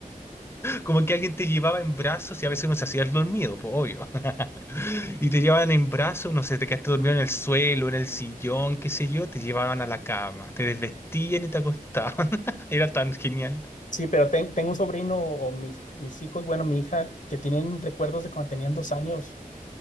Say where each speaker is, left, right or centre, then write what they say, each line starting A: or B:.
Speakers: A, on the left; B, on the left.
A: Como que alguien te llevaba en brazos y a veces uno se hacía el dormido, pues obvio. <laughs> Y te llevaban en brazos, no sé, te quedaste dormido en el suelo, en el sillón, qué sé yo, te llevaban a la cama, te desvestían y te acostaban. <laughs> Era tan genial.
B: Sí, pero ten- tengo un sobrino o mis, mis hijos, bueno, mi hija, que tienen recuerdos de cuando tenían dos años.